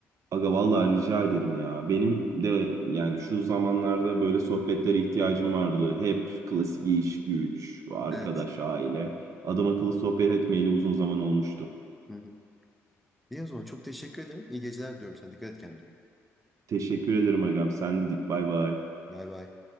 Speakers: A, on the right (about 60°); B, in the centre.
A: Aga vallahi rica ederim ya. Benim de yani şu zamanlarda böyle sohbetlere ihtiyacım vardı. Hep klasik iş, güç, arkadaş,
B: Evet.
A: aile. Adam akıllı sohbet etmeyeli uzun zaman olmuştu.
B: Hı hı. İyi o zaman çok teşekkür ederim. İyi geceler diyorum sana. Dikkat et kendine.
A: Teşekkür ederim agam. Sen de dik bay bay.
B: Bay bay.